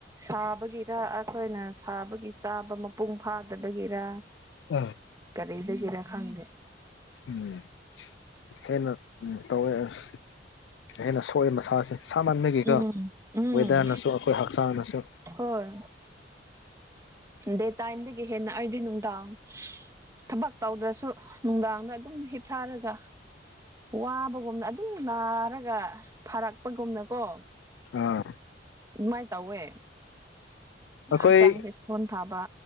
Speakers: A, on the right; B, on the left.
A: ꯁꯥꯕꯒꯤꯔ ꯑꯩꯈꯣꯏꯅ ꯁꯥꯕꯒꯤ ꯆꯥꯕ ꯃꯄꯨꯡ ꯐꯥꯗꯕꯒꯤꯔ
B: ꯑꯥ
A: ꯀꯔꯤꯗꯒꯤꯔꯥ ꯈꯪꯗꯦ
B: ꯎꯝ ꯍꯦꯟꯅ ꯎ ꯇꯧꯋꯦ ꯑꯁ ꯑꯩꯅ ꯁꯣꯛꯏꯕ ꯃꯁꯥꯁꯦ ꯁꯃꯟꯈꯤꯒ
A: ꯎꯝ ꯎꯝ
B: ꯋꯦꯗꯔꯅꯁꯨ ꯑꯩꯈꯣꯏ ꯍꯛꯆꯥꯡꯅꯁꯨ
A: ꯍꯣꯏ ꯗꯦ ꯇꯥꯏꯝꯗꯒꯤ ꯍꯦꯟꯅ ꯑꯩꯗꯤ ꯅꯨꯡꯗꯥꯡ ꯊꯕꯛ ꯇꯧꯗ꯭ꯔꯁꯨ ꯅꯨꯡꯗꯥꯡꯗ ꯑꯗꯨꯝ ꯍꯤꯞꯊꯥꯔꯒ ꯋꯥꯕꯒꯨꯝꯅ ꯑꯗꯨꯝ ꯅꯥꯔꯒ ꯐꯔꯛꯄꯒꯨꯝꯅꯀꯣ
B: ꯑꯥ
A: ꯃꯥꯏ ꯇꯧꯋꯦ
B: ꯑꯩꯈꯣꯏ
A: ꯍꯛꯆꯥꯡꯁꯦ ꯁꯣꯟ ꯊꯥꯕ